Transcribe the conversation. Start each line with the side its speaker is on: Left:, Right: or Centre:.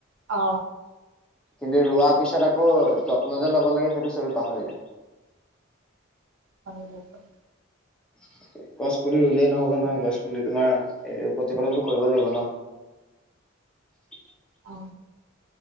Right: অ।
Centre: কিন্তু ৰোৱাৰ পিছত আকৌ যত্ন যে ল'ব লাগে সেইটো চবে পাহৰিলে।
Right: পাহৰিলে চব।
Centre: <unintelligible> গছ পুলি ৰুলেই নহ'ব নহয়। গছ পুলি তোমাৰ প্ৰতিপালনটো কৰিব লাগিব ন। <unintelligible>
Right: অ